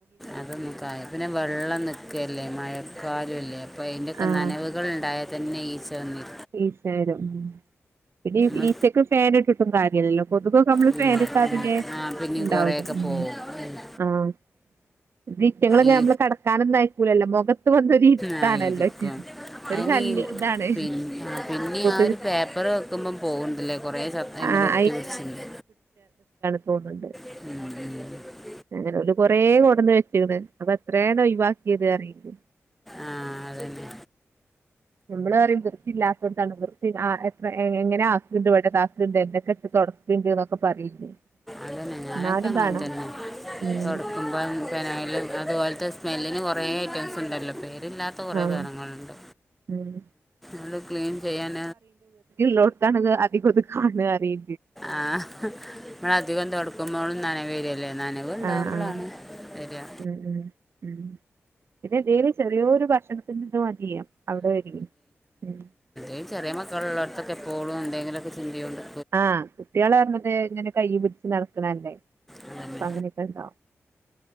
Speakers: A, in the centre; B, on the right.
A: അതൊ നക്ക പിന്നെ വെള്ളം നിക്കല്ലേ മഴക്കാലംല്ലേ അപ്പൊ അയിന്റെക്കെ
B: ആഹ്
A: നനവ് -- കൾഉണ്ടായൽ തന്നെ ഈച്ച വന്നിരി
B: ഈചവര് പിന്നെ
A: ഉം.
B: ഈച്ചക്ക ഫാൻ ഇട്ടിട്ടും കാര്യല്ലലോ കൊതുക്കൊ നമ്മള്
A: ഉം.
B: ഫാൻ
A: ഉം.
B: ഇട്ടാ പിന്നെ
A: ആ പിന്നെയും
B: ഉണ്ടാവൂ
A: കുറേയൊക്കെ
B: ഉം
A: പോവും ഉം.
B: ആഹ് <unintelligible>
A: ഈ
B: നമ്മളെ കട കാനന്നായിക്കൂലല്ലോ മുഖത്ത് വന്ന ഇത്താണല്ലോ
A: ആ, ഇരിക്കും
B: ഒരു
A: അതിന്
B: ശല്യം
A: ഈ
B: ഇതാണ്
A: പിന്നെ ആ, പിന്നെ
B: കൊതുക്
A: ആഹ ഒരു പേപ്പറ് വെക്കുമ്പം പോകുന്നില്ലേ കുറേ സമിൽ
B: ആഹ്
A: ഒട്ടി ഒടിച്ചില്ല
B: പോണണ്ട്
A: ഉത <inaudible>
B: അങ്ങനെ ഒരു കൊറേ കൊടന്ന് വെച്ചണ് അപ്പൊ എത്രോണ് ഒഴിവാക്കിയത് അറിയോ?
A: ആഹ അതന്നെ
B: നമ്മള് പററിയും വൃത്തി ഇല്ലാത്ത കൊണ്ടാണ് വൃത്തി എത്ര എങ്ങനെ ആസ്ലുണ്ട് വത് ആാക്കലണ്ട് എന്തൊക്കെ തുടക്കണ്ട് എന്നൊക്കെ പറയില്ലേ
A: അതന്നെ ഞാനൊക്കെ
B: എന്നാലും
A: അങ്ങനെ
B: കാണാ
A: തന്നെ
B: ഉം
A: കൊ ക്പം പനലും അതുപോലത്തെ സ്മെല്ലിന് കുറേ ഐറ്റംസ് ഉണ്ടല്ലോ പേരില്ലാത്ത അത്ര കുറേ
B: ആഹ്
A: സാധനകളുണ്ട്
B: ഉം
A: അത് ക്ലീൻ ചെയ്യൻ
B: ള്ളോടത്താണ്ണ അധികം ഒത് കാണുക അറിയി
A: ആഹ് നമ്മള അധികം തുൊടക്കുമ്പോഴും നന വരു അല്ലെ നനവ് ഉണ്ടാവകുമ്പോളാണ്
B: ആഹ് ആഹ്
A: തെരാ
B: ഉം ഉം ഉം പിന്നെ എന്തെേലും ചെറിയൊരു ഭക്ഷണത്തിന് നിന്നും മതി അവിടെ വരും ഉം
A: എന്ത് ചെറിയ മക്കള് ഉള്ളോട്ത്തൊക്കെ എപ്പോളും എന്തെങ്കിലൊക്കെ ചിന്തയും ഇണ്ട്
B: ആഹ് കുട്ട്യാൾ പറഞ്ഞത് ഇങ്ങനെ കൈ പിടിച്ച് നടക്കണല്ലേ
A: അതന്നെ
B: അ അങ്ങനെ ണ്ട